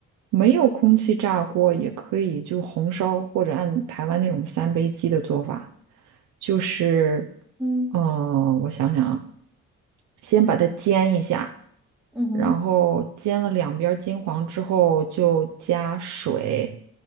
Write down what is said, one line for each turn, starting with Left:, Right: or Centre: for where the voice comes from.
Right: 没有空气炸锅，也可以就红烧或者按台湾那种三杯鸡的做法，就是，
Centre: 嗯
Right: 嗯、我想想啊，先把它煎一下，
Centre: 嗯哼，
Right: 然后煎了两边儿金黄之后，就加水，